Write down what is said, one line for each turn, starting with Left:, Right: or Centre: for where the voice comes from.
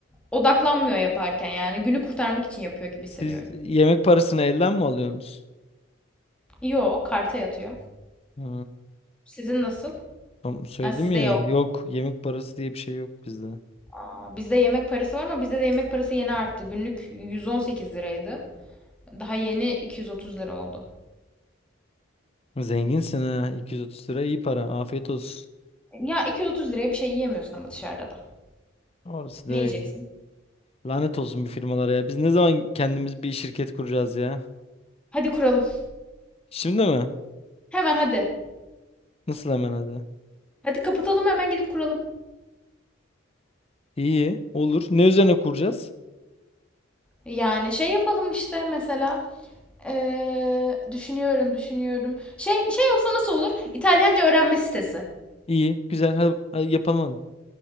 Centre: odaklanmıyor yaparken yani günü kurtarmak için yapıyor gibi hissediyorum.
Left: Siz yemek parasını elden mi alıyorsunuz?
Centre: Yo karta yatıyor.
Left: Ha,
Centre: Sizin nasıl?
Left: tam söyledim
Centre: Ha, sizde
Left: ya.
Centre: yok.
Left: Yok yemek parası diye bir şey yok bizde.
Centre: Aa, bizde yemek parası var ama bizde de yemek parası yeni arttı. Günlük 118 liraydı. Daha yeni 230 lira oldu.
Left: Zenginsin ha. 230 lira iyi para. Afiyet olsun.
Centre: Ya 230 liraya bir şey yiyemiyorsun ama dışarıda da.
Left: Orası da
Centre: Ne
Left: öyle.
Centre: yiyeceksin?
Left: Lanet olsun bir firmalara ya. Biz ne zaman kendimiz bir şirket kuracağız ya?
Centre: Hadi kuralım.
Left: Şimdi mi?
Centre: Hemen hadi.
Left: Nasıl hemen hadi?
Centre: Hadi kapatalım hemen gidip kuralım.
Left: İyi. Olur. Ne üzerine kuracağız?
Centre: Yani şey yapalım işte mesela. Ee, düşünüyorum, düşünüyorum. Şey şey olsa nasıl olur? İtalyanca öğrenme sitesi.
Left: İyi. Güzel. Hadi, hadi yapalım hadi.